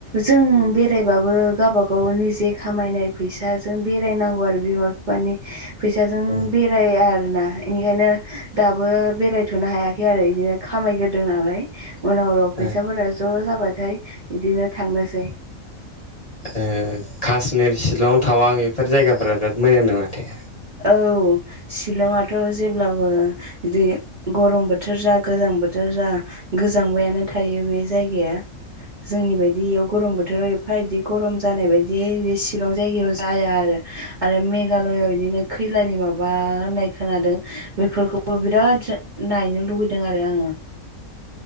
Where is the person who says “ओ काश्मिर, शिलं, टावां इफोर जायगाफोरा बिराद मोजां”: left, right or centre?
Left